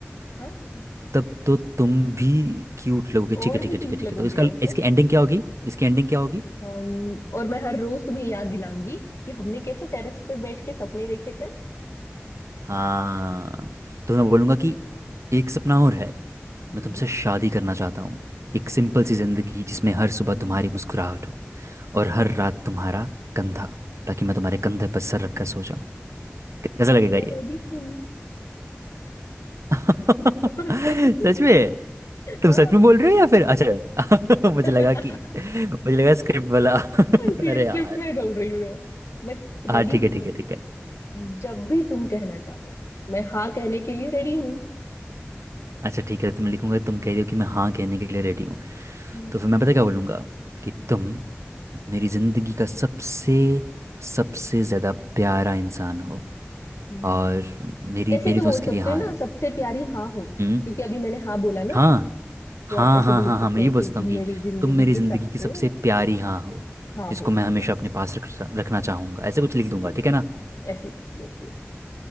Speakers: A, on the left (about 80°); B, on the right (about 80°).
A: हाँ
B: तब तो तुम भी क्यूट लगोगे
A: और
B: ठीक है ठीक
A: भी
B: है
A: क्यूट
B: ठीक है ठीक
A: लगोगे
B: है तो इसका
A: है ना
B: इसकी एंडिंग क्या होगी इसकी एंडिंग क्या होगी
A: अम, और मैं हर रोज तुम्हें याद दिलाऊंगी कि हमने कैसे टेरेस पे बैठ के सपने देखे थे
B: हाँ तो मैं बोलूँगा कि एक सपना और है
A: हम्म
B: मैं तुमसे शादी करना चाहता हूँ एक सिंपल सी ज़िंदगी जिसमें हर सुबह
A: हम्म।
B: तुम्हारी मुस्कुराहट हो और हर रात तुम्हारा कंधा ताकि मैं तुम्हारे कंधे पर सर रखकर सो जाऊँ कैसा लगेगा
A: मैं
B: ये
A: रेडी हूँ
B: <laughs>
A: <laughs> बहुत सही
B: सच में तुम
A: हाँ
B: सच में बोल रहे हो या फिर अच्छा <laughs> मुझे
A: <laughs>
B: लगा कि मुझे लगा स्क्रिप्ट वाला <laughs> अरे
A: ओके स्क्रिप्ट
B: यार
A: में बोल रही हूँ मैं मैं
B: हाँ
A: रेडी
B: ठीक है
A: हूँ
B: ठीक है ठीक है
A: जब भी तुम कहना चाहो मैं हाँ कहने के लिए रेडी हूँ
B: अच्छा ठीक है तुम लिखूंगा तुम कह रही हो कि मैं हाँ कहने के लिए रेडी हूँ
A: हम्म,
B: तो फिर मैं पता क्या बोलूँगा कि तुम मेरी ज़िंदगी का सबसे सबसे ज़्यादा प्यारा इंसान हो
A: हम्म।
B: और मेरी
A: ऐसे
B: मेरी
A: भी
B: तो
A: बोल
B: उसके
A: सकते
B: लिए हाँ
A: हो ना
B: है
A: सबसे प्यारी हाँ हो
B: हम्म
A: क्योंकि अभी मैंने हाँ बोला ना
B: हाँ
A: तो
B: हाँ
A: आप ऐसे
B: हाँ
A: भी लिख
B: हाँ
A: सकते
B: हाँ मैं
A: हैं
B: ये बोल
A: कि
B: सकता
A: तुम
B: हूँ कि
A: मेरी जिंदगी
B: तुम मेरी
A: की
B: ज़िंदगी
A: सबसे
B: की सबसे प्यारी हाँ हो
A: हाँ
B: जिसको
A: हो
B: मैं हमेशा
A: यस
B: अपने पास रख रखना चाहूँगा ऐसे कुछ लिख
A: हम्म,
B: दूंगा ठीक है ना
A: ऐसे Yes yes